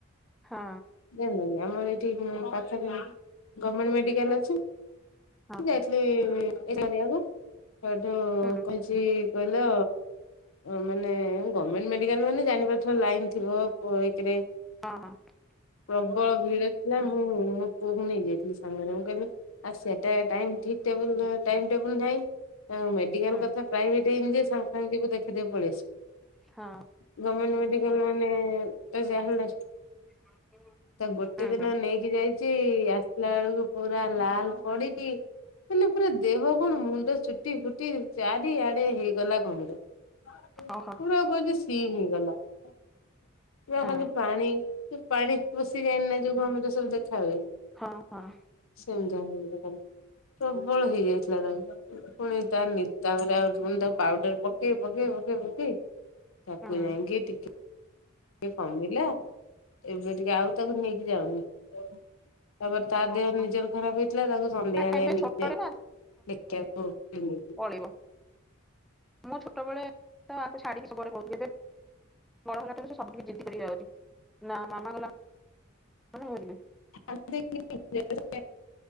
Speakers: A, in the centre; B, on the left (about 75°).
A: ହଁ।
B: ଜାଣିଲକି ଆମର ଏଇଠି ପାଖରେ ଗମେଣ୍ଟ ମେଡିକାଲ ଅଛି। ମୁଁ
A: ହଁ
B: ଯାଇଥିଲି <unintelligible> କରିବାକୁ ସେଠୁ
A: ହୁଁ
B: କହିଛି କହିଲା ମାନେ ଗମେଣ୍ଟ ମେଡିକାଲ ମାନେ ଜାଣିପାରୁଥିବ ଲାଇନ୍ ଥିବ ଏକ୍ ରେ।
A: ହଁ ହଁ।
B: ପ୍ରବଳ ଭିଡ ଥିଲା ମୁଁ ମୋ ପୁଅ କୁ ନେଇଯାଇଥିଲି ସାଙ୍ଗରେ ମୁଁ କହିଲି ଆସେ। ଟାଇ ଟାଇମ୍ ଠିକ୍ ଟେବୁଲ୍ ଟାଇମ୍ ଟେବୁଲ୍ ନାହିଁ। ଆଉ ମେଡ଼ିକାଲ୍
A: ହୁଁ
B: କଥା ପ୍ରାଇଭେଟ୍ ହେଇ ଯେ ସାଙ୍ଗେ ଯିବୁ ଦେଖେଇଦବୁ ପଳେଇଆସିବୁ।
A: ହଁ
B: ଗମେଣ୍ଟ ମେଡିକାଲ ମାନେ ତ ଯାହା ହେଲେ
A: <unintelligible>
B: ତ ଗୋଟେ
A: ହୁଁ
B: ଦିନ
A: ହୁଁ
B: ନେଇକି ଯାଇଛି ଆସିଲା ବେଳକୁ ପୁରା ଲାଲ ପଡିକି ହେଲେ ପୁରା ଦେହ କଣ ମୁଣ୍ଡ ଚୁଟି ଫୁଟି ଚାରିଆଡେ ହେଇଗଲା ଘମିର ପ <unintelligible>
A: ଓହୋ
B: ସି ହେଇଗଲା ପୁରା
A: ହଁ
B: ଖାଲି ପାଣି ସେ ପାଣି ପଶିଯାଇନି ନା ଯୋଉ ଘମିର ସବୁ ଦେଖା ହୁଏ।
A: ହଁ ହଁ।
B: ସେମିତି <unintelligible> ପ୍ରବଳ ହେଇଯାଇଥିଲା ତାକୁ। ପୁଣି ତା ନି ତାପରେ ଆଉ ପୁଣି ତା ପାଉଡର ପକେଇ ପକେଇ ପକେଇ ତାକୁ
A: ହୁଁ
B: ଯାଇକି ଟିକେ ଟିକେ କମିଲା। ଏବେ ଟିକେ ଆଉ ତାକୁ ନେଇକି ଯାଉନି ତାପରେ ତା
A: ଓହୋ
B: ଦେହ ନିଜର ଖରାପ ହେଇଥିଲା ତାକୁ ସନ୍ଧ୍ୟାରେ
A: ନା ଏବେ ଛୋଟଟେ
B: ନେଇକି ଯାଇ <unintelligible>
A: ପଳିବ। ମୁଁ ଛୋଟବେଳେ ତ ଆକୁ ଛାଡିିକି ସବୁ ଆଡ଼େ ପଳଉଥିଲି। ଏବେ ବଡ଼ ହେଲାଠାରୁ ସେ ସବୁ ଠିକି ଜିଦି କରିକି ଯାଉଛି ନା ମାମା ଗଲା ଗଲେ ମୁଁ ଯିବି।
B: <unintelligible>